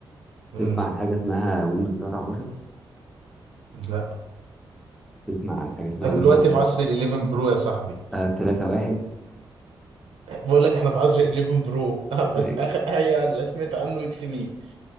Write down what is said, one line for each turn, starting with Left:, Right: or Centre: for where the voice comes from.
Right: امم
Centre: تسمع عن حاجه اسمها ويندوز 13
Right: لا
Centre: تسمع عن حاجه اسمها
Right: أنا
Centre: ويندوز
Right: دلوقتي في عصر ال 11 برو يا صاحبي
Centre: 31
Right: بقول لك احنا في عصر ال 11 برو <laughs>
Centre: طيب
Right: بس اخر حاجة اللي سمعت عنه اكس بي